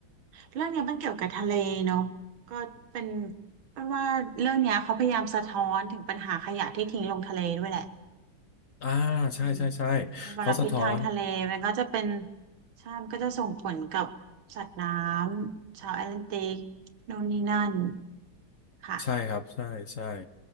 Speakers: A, on the right (about 75°); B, on the left (about 50°).
A: เรื่องเนี้ยมันเกี่ยวกับทะเลเนาะก็เป็นเป็นว่าเรื่องเนี้ยเขาพยายามสะท้อนถึงปัญหาขยะที่ทิ้งลงทะเลด้วยแหละ
B: อ่าใช่ใช่ใช่
A: อืมมันมลพิษทางทะเลมันก็จะเป็น
B: เขาสะท้อน
A: ใช่มันก็จะส่งผลกับสัตว์น้ำชาวแอตแลนติกโน่นนี่นั่น ค่ะ
B: ใช่ครับใช่ใช่